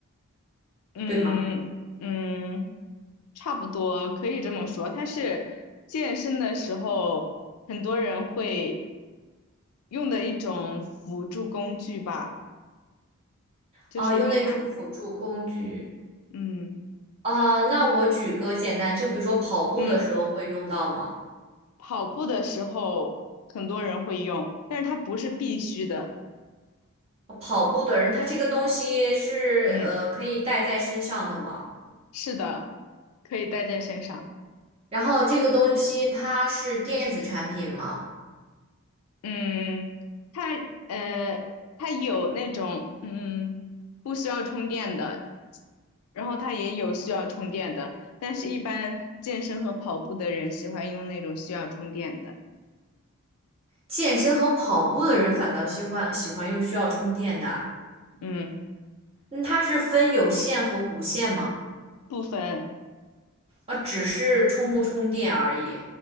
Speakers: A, on the left (about 80°); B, on the right (about 25°).
A: 嗯嗯。
B: 对吗？
A: 差不多可以这么说。它是健身的时候，很多人会用的一种辅助工具吧，就是用来，
B: 啊，用的一种辅助工具。
A: 嗯
B: 啊，那我举个简单，就比如说跑步的时候会用到吗？
A: 嗯，跑步的时候很多人会用，但是它不是必须的。
B: 跑步的人，他这个东西是呃可以带在身上的吗？
A: 嗯，是的，可以带在身上。
B: 然后这个东西它是电子产品吗？
A: 嗯，它呃，它有那种嗯不需要充电的，然后它也有需要充电的，但是一般健身和跑步的人喜欢用那种需要充电的。
B: 健身和跑步的人反倒喜欢喜欢用需要充电的，
A: 嗯，
B: 那它是分有线和无线吗？
A: 部分，
B: 啊，只是充不充电而已，